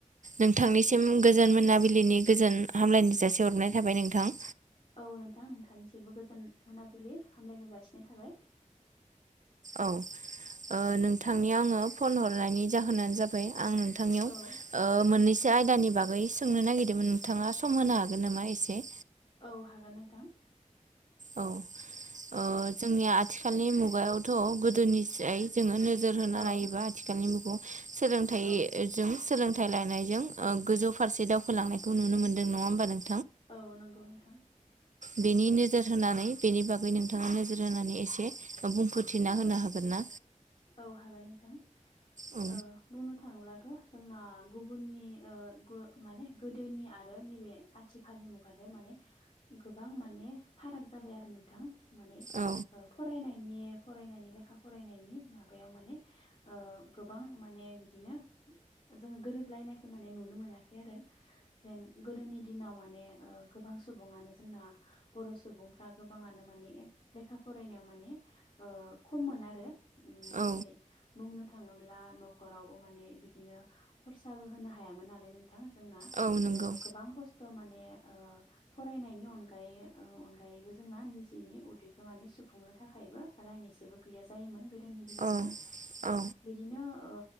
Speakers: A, on the right; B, on the left.
A: नोंथांनिसिम गोजोन मोनाबिलिनि गोजोन हामलायनाय जासि हरनाय थाबाय नोंथां।
B: औ नोंथां नोंथांनिसिमबो गोजोन मोनाबिलि हामलायनाय जासिनाय थाबाय।
A: औ ओ नोंथांनियाव आङो फन हरनायनि जाहोनानो जाबाय आं नोंथांनियाव
B: औ
A: ओ मोननैसो आयदानि बागै सोंनो नागिरदोंमोन नोंथाङा सम होनो हागोन नामा एसे?
B: औ हागोन नोंथां।
A: औ ओ जोंनिया आथिखालनि मुगायावथ' गोदोनिस्राय जोङो नोजोर होना
B: औ
A: नायोबा आथिखालनि मुगायाव सोलोंथाइजों
B: औ
A: सोलोंथाइ लानायजों ओ गोजौ फारसे दावखोलांनायखौ नुनो मोनदों नङा होमबा नों
B: औ नंगौ नोंथां।
A: बेनि नोजोर होनानै बेनि बागै नोंथाङा नोजोर होनानै एसे। बुंफोरथिना
B: औ
A: होनो हागोन ना।
B: औ हागोन नोंथां ओ
A: औ
B: बुंनो थाङोब्लाथ'। जोंना गुबुननि ओ माने गोदोनि आरो नैबे आथिखालनि मुगानो माने गोबां माने फाराग जाबाय आरो नोंथां माने
A: औ
B: ओ फरायनायनि फरायनायनि लेखा फरायनायनि माबायाव माने ओ गोबां माने बिदिनो जोङो गोरोबलायनायखौ माने नुनो मोनाखै आरो जेन गोदोनि दिनाव माने ओ गोबां सुबुङानो जोंना बर' सुबुंफ्रा गोबाङानो माने लेखा फरायनायाव माने ओ खममोन आरो उम
A: औ
B: जेरै बुंनो थाङोब्ला न'खरावबो माने बिदिनो खरसाबो होनो हायामोन नालाय नोंथां। जोंना
A: औ नंगौ
B: ओ गोबां खस्थ'। ओ माने ओ फरायनायनि अनगायै ओ अनगायैबो जोंना निजेनि उदैखौ माने सुफुंनो थाखायबो रां एसेबो गैया जायोमोन गोदोनि दिनावहाय
A: औ औ
B: बिदिनो ओ